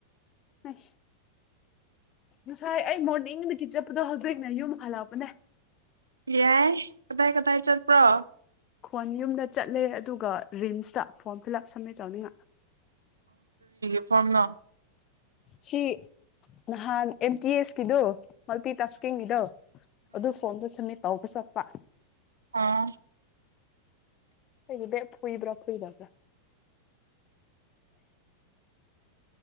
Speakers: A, on the left; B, on the right.
A: ꯑꯁ ꯉꯁꯥꯏ ꯑꯩ ꯃꯣꯔꯅꯤꯡ ꯅꯨꯇ ꯆꯠꯄꯗꯣ ꯍꯧꯖꯤꯛ ꯑꯩꯅ ꯌꯨꯝ ꯍꯜꯂꯛꯄꯅꯦ
B: ꯌꯥꯏ ꯀꯗꯥꯏ ꯀꯗꯥꯏ ꯆꯠꯄ꯭ꯔꯣ
A: ꯈꯣꯟ ꯌꯨꯝꯗ ꯆꯠꯂꯦ ꯑꯗꯨꯒ ꯔꯤꯝꯁꯇ ꯐꯣꯔꯝ ꯐꯤꯜꯂꯞ ꯁꯝꯃꯦ ꯆꯥꯎꯧꯅꯤꯡꯉ
B: ꯁꯝꯅ
A: ꯁꯤ ꯅꯍꯥꯟ ꯑꯦꯝ ꯇꯤ ꯑꯦꯁ ꯀꯗꯣ ꯃꯜꯇꯤ ꯇꯥꯁꯀꯤꯡꯒꯤꯗꯣ ꯑꯗꯨ ꯐꯣꯝꯗꯣ ꯁꯝꯃꯤꯠ ꯇꯧꯒ ꯆꯠ ꯋꯥ
B: ꯑꯥ
A: ꯒꯤ ꯐꯨꯏꯕ꯭ꯔꯥ ꯐꯨꯏꯗꯕ꯭ꯔꯥ